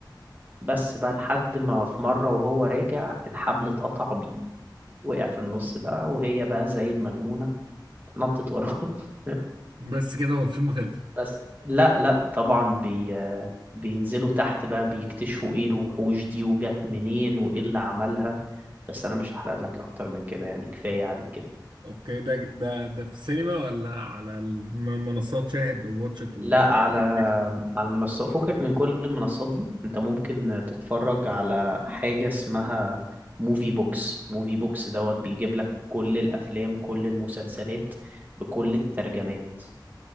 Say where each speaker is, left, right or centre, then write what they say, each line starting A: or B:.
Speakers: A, on the right; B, on the right.
A: بس بقى لحد ما في مرة وهو راجع الحبل اتقطع بيه وقع في النص بقى وهي بقى زي المجنونة نطت وراه <laughs>
B: بس كده هو الفيلم خلص
A: بس لا لا طبعا بي بينزلوا تحت بقى بيكتشفوا ايه الوحوش دي وجت منين وايه اللي عملها بس انا مش هحرق لك اكتر من كده يعني كفاية عليك كده
B: اوكي ده ده ده في السينما ولا على الم- منصات شاهد وواتشت ونتفليكس
A: لا على على المنصات فكك من كل المنصات دي انت ممكن تتفرج على حاجة اسمها موفي بوكس موفي بوكس دوت بيجيب لك كل الافلام كل المسلسلات بكل الترجمات